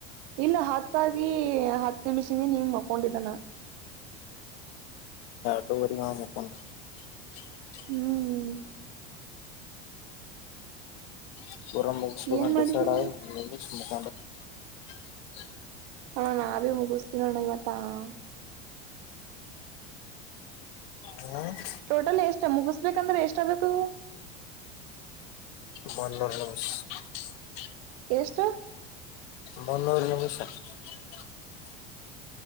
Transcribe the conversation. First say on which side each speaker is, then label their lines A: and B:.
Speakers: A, on the right (about 60°); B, on the left (about 65°).
A: ಇಲ್ಲ ಹತ್ತಾಗಿ ಹತ್ ನಿಮಿಷ ನೀಮ ಮಕೊಂಡಿದ್ದಾನ <unintelligible>
B: ಡಿ <unintelligible>
A: ಹ್ಮ್
B: <unintelligible>
A: ಏನ್ ಮಾಡಿದಿ
B: <unintelligible>
A: <unintelligible> <unintelligible>
B: ಹ್ಮ <unintelligible>
A: ಟೋಟಲ್ ಎಷ್ಟ ಮುಗಿಸ್ಬೇಕಂದ್ರೆ ಎಷ್ಟ <unintelligible> ಆಬೇಕು
B: ಮನ್ ನಸ್ <unintelligible>
A: ಎಷ್ಟು
B: ಮುನ್ನೂರು ನಿಮಿಷ <unintelligible>